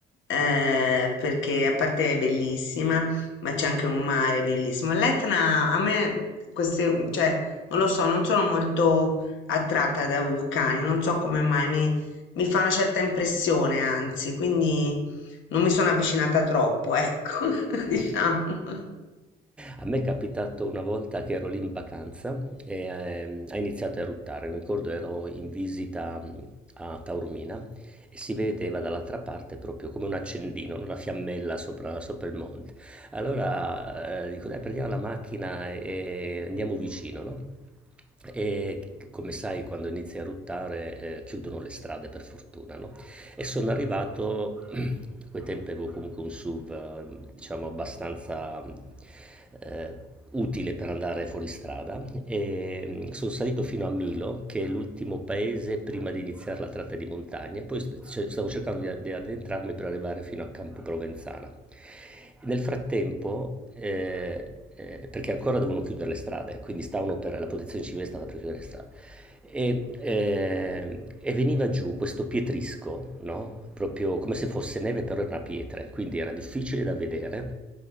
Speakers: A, on the left; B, in the centre.
A: eh, perché a parte è bellissima, ma c'è anche un mare bellissimo. L'Etna, a me, queste, cioè, non lo so, non sono molto attratta da vulcani, non so come mai, mi, mi fa una certa impressione, anzi, quindi... Non mi sono avvicinata troppo, ecco, <laughs> diciamo.
B: <laughs> A me è capitato una volta che ero lì in vacanza e ehm, ha iniziato a eruttare. Mi ricordo ero in visita mh, a Taormina e si vedeva dall'altra parte proprio come un accendino, no? una fiammella sopra, sopra il monte. Allora eh, dico, dai, prendiamo la macchina e, e andiamo vicino, no? E come sai, quando inizia a eruttare, eh, chiudono le strade per fortuna, no? E sono arrivato, <clears throat> a quei tempi avevo comunque un SUV, eh, diciamo, abbastanza eh, utile per andare fuori strada. E mm, sono salito fino a Milo, che è l'ultimo paese prima di iniziare la tratta di montagna. E poi st- ce- stavo cercando di, di addentrarmi per arrivare fino a Campo Provenzana. Nel frattempo, eh, eh, perché ancora dovevano chiudere le strade, quindi stavano per, la protezione civile stava per chiudere le strade. E, eh, e veniva giù questo pietrisco, no? Proprio come se fosse neve, però era una pietra, quindi era difficile da vedere